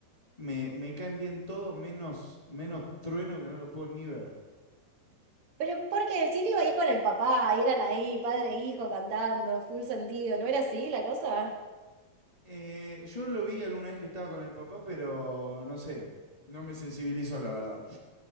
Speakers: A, on the left; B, on the right.
A: me, me caen bien todos, menos, menos Trueno que no lo puedo ni ver?
B: Pero porque sí le iba ahí con el papá, y eran ahí, padre e hijo cantando, full sentido, ¿no era así la cosa?
A: Eh, yo lo vi alguna vez que estaba con el papá, pero no sé, no me sensibilizó, la verdad.